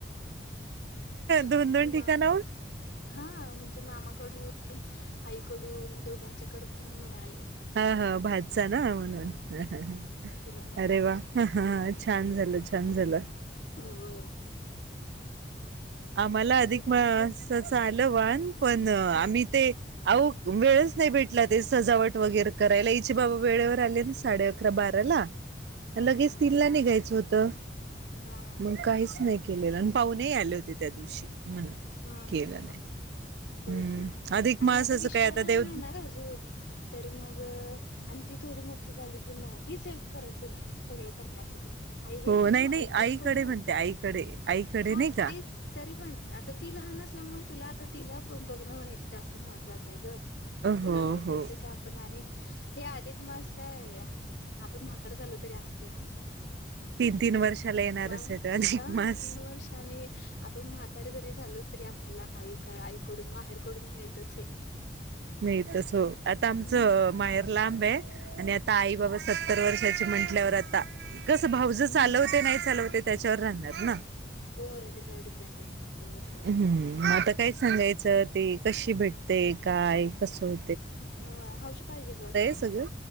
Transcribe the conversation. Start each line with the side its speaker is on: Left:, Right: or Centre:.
Left: <unintelligible>
Right: दोन दोन ठिकाणाहून
Left: हा म्हणजे मामाकडून आईकडून दोघांच्या कड पण मिळालंं
Right: हा <unintelligible>
Left: म्हणून
Right: अरे वा हा छान झालं छान झालं
Left: होय
Right: आम्हाला
Left: तुझं
Right: अधिक
Left: काय
Right: मास
Left: म्हणतस
Right: असं आलं वाण पण आम्ही
Left: हा
Right: ते अहो वेळच नाही भेटला ते सजावट वगैरे करायला इचे बाबा वेळेवर आले ना साडे अकरा बाराला
Left: हा
Right: लगेच
Left: हा
Right: तिनला
Left: हा
Right: निेघायचं होतं तर
Left: हा हा
Right: मग काहीच नाही केलेला आणि पाहुणेही आले होते. त्या दिवशी म्हणून
Left: हा
Right: केलं
Left: हा ह
Right: नाही
Left: ह होय
Right: हम्म
Left: की
Right: अधिक मासाचं
Left: आणि आता विश्वा
Right: काय
Left: लहान
Right: देव
Left: हाय ना गं अजून तर मग आणखी ती थोडी मोठी झाली कि मग तीच हेल्प करेल तुला सगळं करण्यासाठी आई हे
Right: हो
Left: करू
Right: नाही
Left: आई
Right: नाही
Left: ते
Right: आईकडे
Left: करू
Right: म्हणते आईकडे आईकडे
Left: हा
Right: नाही का
Left: तेच तरी पण आता ती लहान असल्यामुळे तुला आता तिला पण बघणं जास्त महत्त्वाचं आहे गं सजावट
Right: हो हो
Left: येते का आपण आणि हे अधिक मास काय आपण म्हातारं झालो तरी असतच
Right: तीन तीन वर्षाला येणारच
Left: वान
Right: आहे, तो अधिक
Left: हा
Right: मास
Left: तीन वर्षांनी आपण म्हातारे जरी झालो तरी आपल्याला आई आईकडून माहेरकडून मिळतच हे,
Right: नाही तस हो आता
Left: हम्म
Right: आमचं माहेर लांब आहे. आणि आता आई बाबा सत्तर वर्षाचे म्हंटल्यावर आता कसं भाऊजय
Left: हम्म
Right: चालवते नाही चालवते. त्याच्यावर राहणार ना,
Left: होय त्याच्यावर डिपेंड असणार ते होय.
Right: हम्म आता काय सांगायचं ते कशी भेट ते काय कसून
Left: होय हौशी पाहिजे बघ,
Right: सगळं